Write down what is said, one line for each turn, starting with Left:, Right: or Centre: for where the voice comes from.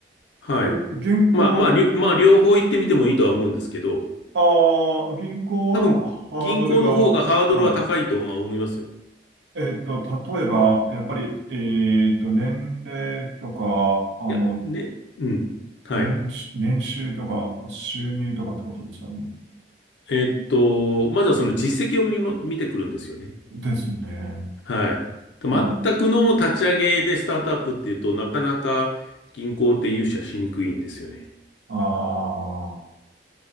Left: はい。
Right: え、銀行、
Left: まあまあ、りょまあ両方行ってみてもいいとは思うんですけど、
Right: ああ、銀行はハードルが、
Left: 多分銀行の方がハードルは高いとは思いますよ。
Right: はい。えっと、例えば、やっぱり、えっと、年齢とか、あの、
Left: いや、ね、うん。はい。
Right: 年収、年収とか、収入とかってことですかね。
Left: えーっと、まずはその実績を見ま、見てくるんですよね。
Right: ですね。
Left: はい。全くの立ち上げでスタートアップっていうとなかなか銀行って融資はしにくいんですよね。
Right: はい。ああ、